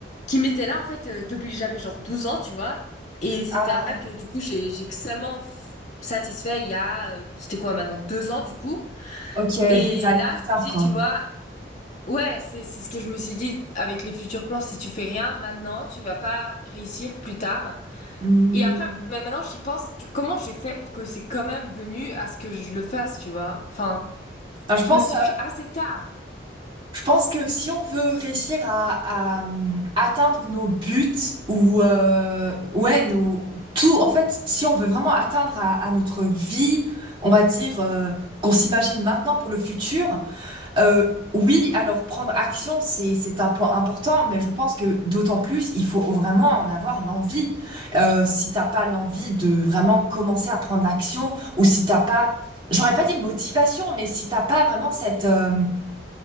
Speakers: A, on the left; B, on the right.
A: qui m'était là en fait euh, depuis que j'avais genre 12 ans, tu vois. Et c'était
B: ah
A: un rêve que du coup j'ai, j'ai seulement f- satisfait il y a, euh, c'était quoi maintenant, deux ans du coup.
B: ok
A: Et
B: des années
A: là,
B: plus tard
A: je me dis,
B: quoi
A: tu vois, Ouais, c'est c'est ce que je me suis dit avec les futurs plans. Si tu fais rien maintenant, tu vas pas réussir plus tard.
B: Hmm.
A: Et après, mais maintenant j'y pense, que- comment j'ai fait pour que c'est quand même venu à ce que je le fasse, tu vois? Enfin,
B: Ah, je
A: je
B: pense
A: me suis
B: euh,
A: pris assez tard. Tu
B: Je pense que si on veut réussir à, à, hum, atteindre nos buts ou euh, ouais nos tout en fait si on veut vraiment atteindre à, à notre vie on va dire euh, qu'on s'imagine maintenant pour le futur euh, oui alors prendre action c'est c'est un point important mais je pense que d'autant plus il faut vraiment en avoir l'envie euh, si t'as pas l'envie de vraiment commencer à prendre l'action ou si t'as pas j'aurais pas dit motivation mais si t'as pas vraiment cette euh,